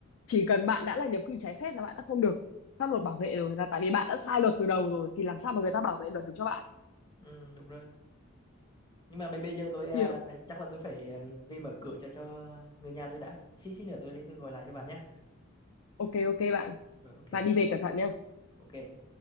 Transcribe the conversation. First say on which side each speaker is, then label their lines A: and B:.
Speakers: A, on the left; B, on the left.
A: chỉ cần bạn đã là nhập cư trái phép là bạn đã không được pháp luật bảo vệ rồi là tại vì bạn đã sai luật từ đầu rồi thì làm sao mà người ta bảo vệ luật được cho bạn
B: ừ đúng rồi nhưng mà bây bây giờ tôi à,
A: kiểu
B: chắc là tôi phải à, về mở cửa cho cho người nhà tôi đã xí xí nữa tôi lên tôi gọi lại cho bạn nhé
A: ok ok bạn
B: rồi ok
A: bạn
B: bạn
A: đi về cẩn thận nhá
B: ok